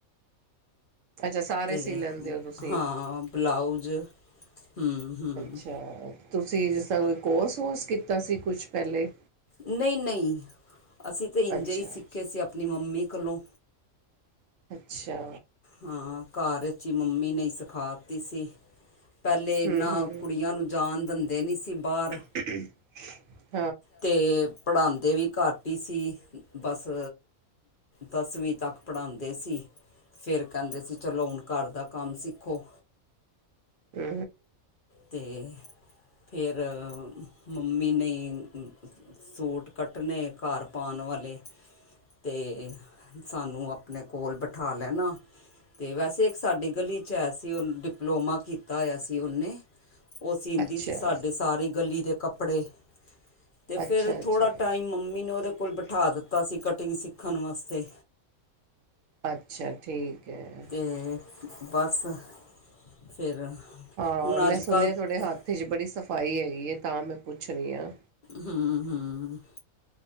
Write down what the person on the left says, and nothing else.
ਤੇ
ਹਾਂ ਬਲਾਊਜ ਹੂੰ ਹੂੰ
ਨਈ ਨਈ, ਅਸੀਂ ਤਾਂ ਇੰਝੇ
ਹੀ ਸਿੱਖੇ ਸੀ ਆਪਣੀ ਮੰਮੀ ਕੋਲੋਂ।
ਹਾਂ, ਘਰ ਵਿਚ ਈ ਮੰਮੀ ਨੇ ਸਿਖਾ ਦਿੱਤੀ ਸੀ। ਪਹਿਲੇ ਇਨਾਂ
ਕੁੜੀਆਂ ਨੂੰ ਜਾਣ ਦਿੰਦੇ ਨੀ ਸੀ, ਬਾਰ।
ਤੇ ਪੜ੍ਹਾਦੇ ਵੀ ਘਰ ਹੀ ਸੀ, ਬਸ ਦਸਵੀਂ ਤੱਕ ਪੜਾਂਦੇ ਸੀ, ਫਿਰ ਕਹਿੰਦੇ ਸੀ ਚਲੋ ਹੁਣ ਘਰ ਦਾ ਕੰਮ ਸਿੱਖੋ।
ਤੇ, ਫੇਰ, ਮੰਮੀ ਨੇ ਸੂਟ ਕੱਟਣੇ ਘਰ ਪਾਣ ਵਾਲੇ, ਤੇ ਸਾਨੂੰ ਆਪਣੇ ਕੋਲ ਬਿਠਾ ਲੈਣਾ। ਅਤੇ ਵੈਸੇ ਇੱਕ ਸਾਡੀ ਗਲੀ 'ਚ ਆਇਆ ਸੀ, ਉਹ ਡਿਪਲੋਮਾ ਕੀਤਾ ਹੋਇਆ ਸੀ ਉਹਨੇ। ਉਹ ਸੀਂਦੀ
ਸੀ ਸਾਡੇ ਸਾਰੀ ਗਲੀ ਦੇ ਕੱਪੜੇ। ਤੇ
ਫਿਰ
ਥੋੜ੍ਹਾ ਟਾਈਮ ਮੰਮੀ ਨੇ ਉਹਦੇ ਕੋਲ ਬਿਠਾ ਦਿੱਤਾ ਸੀ ਕਟਿੰਗ ਸਿੱਖਣ ਵਾਸਤੇ।
ਤੇ ਬਸ, ਫਿਰ
ਹੁਣ
ਅੱਜ
ਕੱਲ
ਹੂੰ
ਹੂੰ-ਹੂੰ